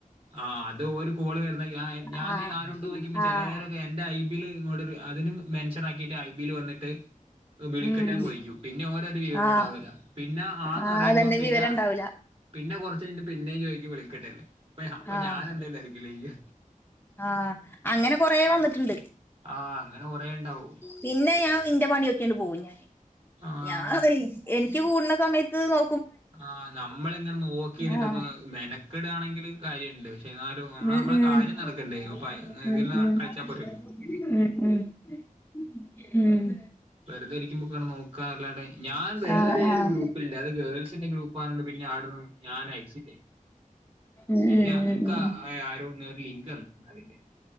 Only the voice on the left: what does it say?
ആഹ്
ആഹ്
ഉം
ആഹ്
ആഹ്
അതന്നെ
വിവരം ഇണ്ടാവൂല
ആഹ്
ആഹ് അങ്ങനെ കൊറേ വന്നിട്ടുണ്ട്
പിന്നെ ഞാൻ ഇന്റെ വ പണി നോക്കി അങ്ങട് പോകും ഞാൻ
ഞാൻ എനിക്ക് കൂടണ സമയത്ത് നോ
ആഹ്
ഉം
ഉം
ഉം
ഉം
ഉം ഉം ഉം
ആഹ് ആഹ്
ഉം ഉം